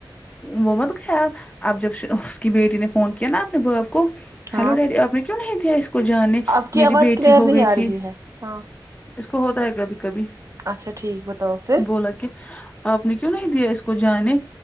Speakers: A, on the left (about 15°); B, on the right (about 40°).
A: وہ مت گیا اب جب اس کی بیٹی نے فون کیا نا اپنے باپ کو
B: ہاں
A: ہیلو ڈیڈی آپ نے کیوں نہیں دیا اس کو جانے
B: آپ کی
A: میری
B: آواز
A: بیٹی
B: کلیئر
A: ہو
B: نہیں
A: گئی
B: آ
A: تھی
B: رہی ہے ہاں
A: اس کو ہوتا ہے کبھی کبھی
B: اچھا ٹھیک بتاؤ پھر
A: بولا کہ آپ نے کیوں نہیں دیا اس کو جانے